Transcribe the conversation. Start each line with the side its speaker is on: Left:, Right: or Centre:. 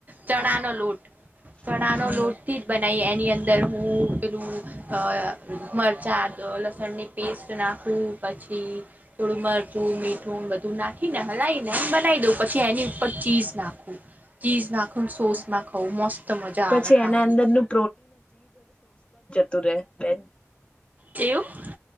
Right: ચણાનો લોટ, ચણાનો
Left: હમ
Right: લોટથી જ બનાઈએ એ ની અંદર હું પેલું અ મરચાં આદ લસણની પેસ્ટ નાખું. પછી થોડું મરચું, મીઠું બધું નાખીને હલાઈને બનાઈ દઉં પછી એની ઉપર ચીઝ નાખું. ચીઝ નાખું ન સોસ નાખું, મસ્ત મજા
Left: પછી
Right: આવે ખાવાની.
Left: એના અંદરનું તુ રેે બેન
Right: કેવું?